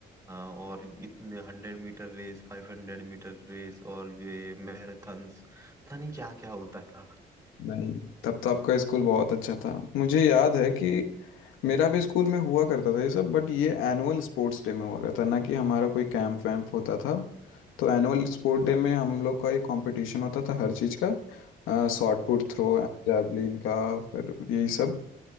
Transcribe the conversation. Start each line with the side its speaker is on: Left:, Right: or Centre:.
Right: और इतने हंड्रेड मीटर रेस फाइव हंड्रेड मीटर रेस और ये मैराथन्स पता नहीं क्या क्या होता था
Left: नहीं तब तो आपका स्कूल बहुत अच्छा था मुझे याद है कि मेरा भी स्कूल में हुआ करता था ये सब बट ये एनुअल स्पोर्ट्स डे में हुआ करता था ना कि हमारा कोई कैंप वैम्प होता था तो एनुअल स्पोर्ट डे में हम लोग का एक कंपटीशन होता था हर चीज़ का शॉट पुट थ्रो जैवलिन का फिर यही सब